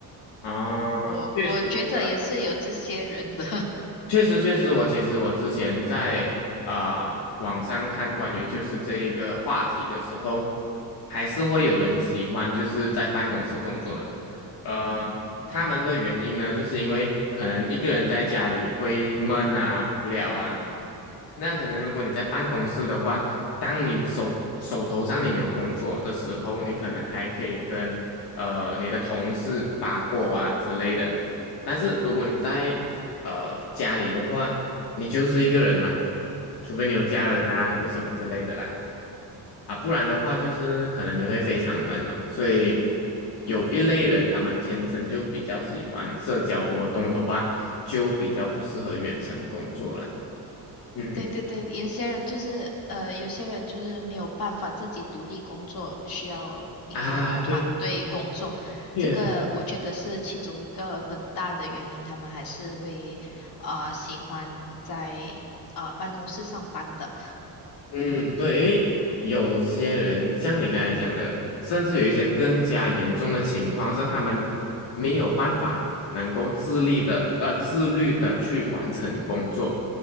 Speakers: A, on the left (about 80°); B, on the left (about 60°).
A: 啊，
B: 我我觉得也是有这些人的，
A: 确实是
B: <laughs>
A: 确实，确实，我其实我之前在啊、网上看关于就是这一个话题的时候，还是会有人喜欢就是在办公室工作的，呃，他们的原因呢，就是因为可能一个人在家里会闷啊、无聊啊，那可能如果你在办公室的话，当你手手头上你没有工作的时候，你可能还可以跟呃你的同事八卦啊之类的。但是如果你在呃家里的话，你就是一个人嘛，除非你有家人啊，
B: 嗯。
A: 还是什么之类的啦，啊，不然的话就是可能你会非常闷哦。所以有一类人，他们天生就比较喜欢社交活动的话，就比较不适合远程工作啦。嗯
B: 对对对，有些人就是呃，有些人就是没有办法自己独立工作，需要一个团队工作。
A: 啊，对，确实。
B: 这个我觉得是其中一个很大的原因，他们还是会啊、呃喜欢在啊、呃办公室上班的。
A: 嗯，对，因为有些人像你刚才讲的，甚至有一些更加严重的情况是，他们没有办法能够自立的，呃，自律的去完成工作，